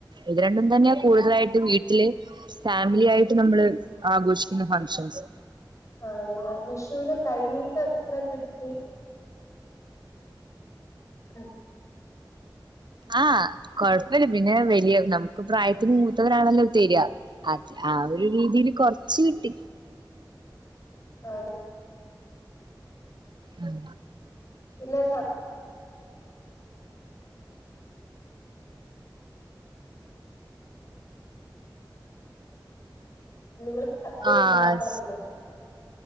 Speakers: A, on the right; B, on the left.
A: ഇത് രണ്ടും തന്നെയാ കൂടുതലായിട്ട് വീട്ടില് ഫാമിലി ആായിട്ട് നമ്മള് ആഘോഷിക്കുന്ന ഫംഗഷൻസ്
B: ആണ വിഷുവിന് കൈനീട്ടം എത്ര കിട്ടി ആഹ്
A: ആഹ് കൊഴപ്പില്ല പിന്നെ വലിയ നമുക്ക് പ്രായത്തിന് മൂത്തവരാണല്ലോ തരിയാ അ ആ ഒരു രീതിയില് കൊറച്ച് കിട്ടി
B: ആ
A: ഉം
B: ഇല്ല നിങ്ങൾ സദ്യക്ക
A: ആഹ്
B: ഉണ്ടാക്കാറുണ്ടോ?